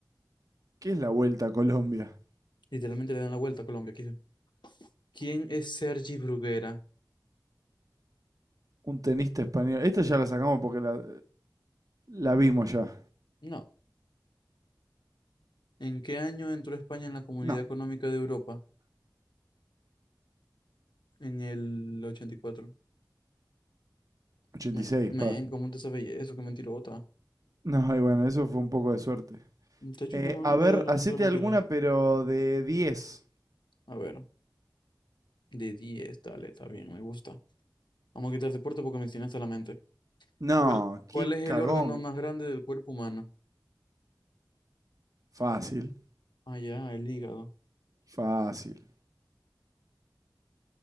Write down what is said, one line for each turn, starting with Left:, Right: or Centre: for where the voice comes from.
Right: ¿Qué es la vuelta a Colombia?
Left: Literalmente le dan la vuelta a Colombia, aquí ¿Quién es Sergi Bruguera?
Right: Un tenista español. Esta ya la sacamos porque la, La vimos ya.
Left: No. ¿En qué año entró España en la Comunidad
Right: No.
Left: Económica de Europa? En el 84.
Right: ochenta
Left: Me,
Right: y seis
Left: men,
Right: papi.
Left: ¿cómo te sabes eso? Qué mentirota.
Right: No, y bueno, eso fue un poco de suerte.
Left: Muchacho,
Right: Eh,
Left: ¿cómo
Right: a
Left: no
Right: ver,
Left: de
Right: hacete
Left: contra mentira?
Right: alguna, pero de diez
Left: A ver, de 10, dale, está bien, me gusta. Vamos a quitar deporte porque me tiene hasta la mente.
Right: No,
Left: ¿Cuál,
Right: qué
Left: cuál es
Right: cagón.
Left: el órgano más grande del cuerpo humano?
Right: Fácil,
Left: Ah, ya, el hígado.
Right: fácil.